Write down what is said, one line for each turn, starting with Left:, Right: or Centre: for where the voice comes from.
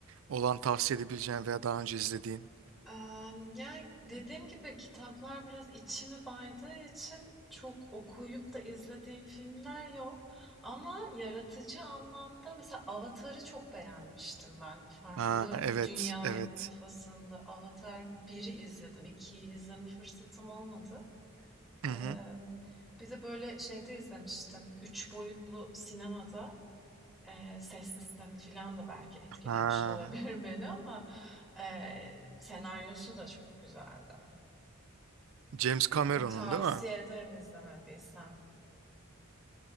Right: olan tavsiye edebileceğin veya daha önce izlediğin?
Centre: Emm, yani, dediğim gibi kitaplar biraz içimi baydığı için çok okuyup da izlediğim filmler yok ama yaratıcı anlamda mesela Avatar'ı çok beğenmiştim ben. Farklı
Right: Ha evet
Centre: dünya
Right: evet.
Centre: kafasında Avatar biri izledim, 2'yi izleme fırsatım olmadı.
Right: Hı
Centre: Emm,
Right: hı.
Centre: bir de böyle şeyde izlemiştim, 3 boyutlu sinemada. Eee, ses sistemi falan da belki etkilemiş
Right: Ha
Centre: olabilir <laughs> beni ama, eee, senaryosu da çok güzeldi.
Right: James Cameron'un
Centre: Onu tavsiye
Right: değil mi?
Centre: ederim izlemediysen.